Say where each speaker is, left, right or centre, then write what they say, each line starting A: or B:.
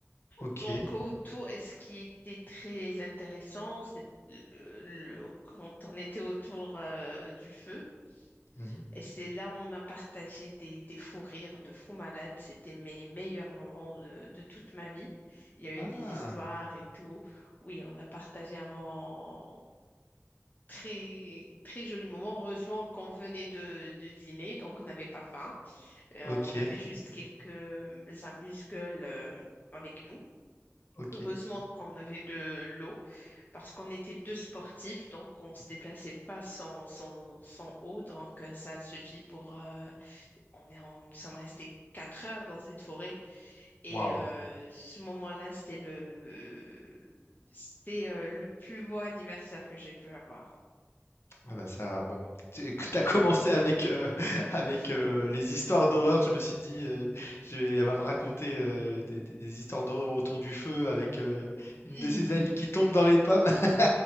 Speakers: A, on the left (about 60°); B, on the left (about 40°).
A: OK.
B: Donc, autour, et ce qui était très intéressant, c'est euh, le- quand on était autour euh, du feu,
A: Mmh
B: et c'est là où on a partagé des, des fous rires de fous malades. C'était mes meilleurs moments de, de toute ma vie. Il y a
A: Ah!
B: eu des histoires et tout. Oui, on a partagé un moment très, très joli moment. Heureusement qu'on venait de, de dîner, donc on n'avait pas faim. Euh,
A: OK,
B: on avait juste quelques amuse-gueules euh, avec nous.
A: OK.
B: Heureusement qu'on avait de l'eau parce qu'on était deux sportifs, donc on se déplaçait pas sans, sans, sans eau, donc euh, ça suffit pour euh, on est, on, nous sommes restés quatre heures dans cette forêt et
A: Waouh!
B: euh, ce moment-là, c'était le, c'était euh, le plus beau anniversaire que j'ai pu avoir.
A: Ah bah ça, bon, tu as commencé avec, heu, <laughs> avec,
B: <laughs>
A: heu, les histoires d'horreur. Je me suis dit, heu, je vais elle va me raconter, heu, des des des histoires d'horreur autour du feu avec, heu, une
B: Hmm.
A: de ses amies qui tombe dans les pommes. <laughs>